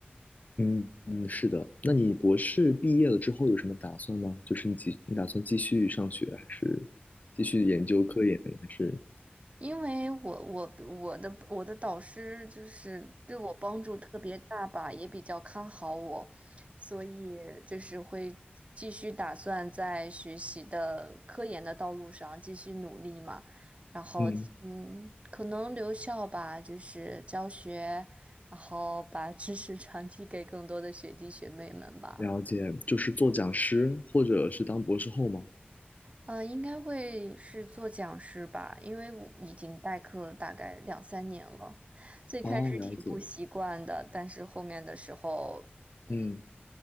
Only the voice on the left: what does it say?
嗯嗯，是的。那你博士毕业了之后有什么打算吗？就是你继你打算继续上学，还是继续研究科研，还是？
嗯
了解，就是做讲师或者是当博士后吗？
哦，了解，
嗯，